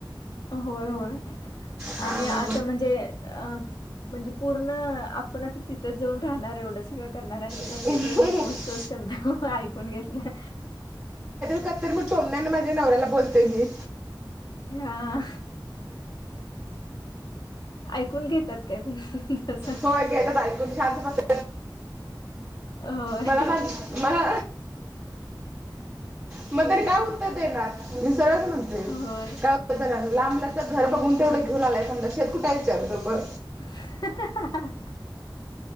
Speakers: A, on the left; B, on the right.
A: होय होय
B: हा
A: आणि आता म्हणजे अ म्हणजे पूर्ण आपण आता तिथंच जाऊन राहणार एवढं सगळं करणार आणि प्रत्येक
B: म्हणतात
A: वेळे तो तो शब्द ऐकून घेतला.
B: का तर मग तोंडान माझ्या नवऱ्या बोलतेय मी.
A: हा ऐकून घेतात काय पण. तस
B: होय घेतात ऐकून शांत बसतात.
A: होय
B: मला माहिती <inaudible> मला मग त्यांनी काय उत्तर देणार मी सरवच म्हणतेय.
A: होय.
B: <inaudible> लांबल्याच घर बघून तेवढं घेऊन आलाय समजा शेत कुठा विचारतो ब
A: हं हं हं हं.